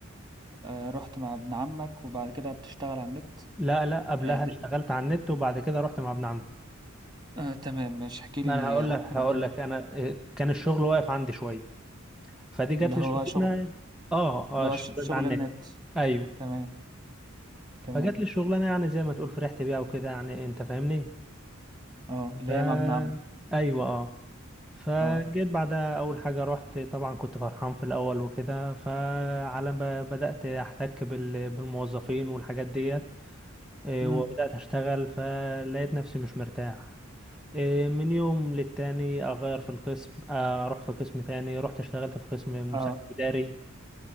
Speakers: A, on the right; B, in the centre.
A: آه، رحت مع ابن عمك وبعد كده بتشتغل على النت
B: لا لا قبلها
A: آه، د-
B: اشتغلت على النت وبعد كده رحت مع ابن عمي
A: آه، تمام مش احكي
B: ما
A: لي
B: أنا هقول
A: آه،
B: لك هقول
A: الدنيا
B: لك أنا إيه، كان الشغل واقف عندي شوية فدي جات
A: اللي
B: لي
A: هو
B: الشغلانة
A: شغل
B: آه آه
A: اللي هو
B: الشغل
A: ش-
B: اللي
A: شغل
B: على
A: النت
B: النت أيوه
A: تمام تمام
B: فجات لي الشغلانة يعني زي ما تقول فرحت بيها وكده يعني أنت فاهمني
A: اه اللي
B: ف
A: هي مع ابن عمك
B: ايوه اه فجيت
A: اه
B: بعدها اول حاجه رحت طبعا كنت فرحان في الاول وكده فعلى ما بدات احتك بال- بالموظفين والحاجات ديت إيه،
A: امم
B: وبدات اشتغل فلقيت نفسي مش مرتاح إيه، من يوم للتاني اغير في القسم آه، اروح في قسم تاني رحت اشتغلت في قسم
A: اه
B: مساعد اداري